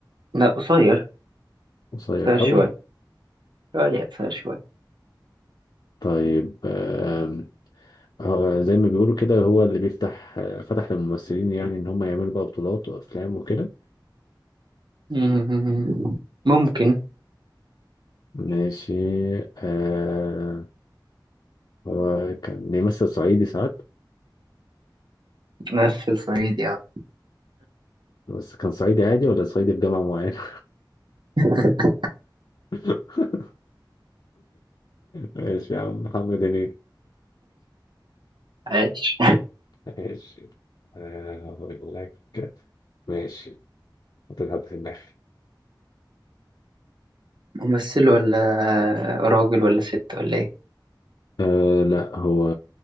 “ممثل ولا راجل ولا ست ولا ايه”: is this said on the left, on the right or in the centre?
Right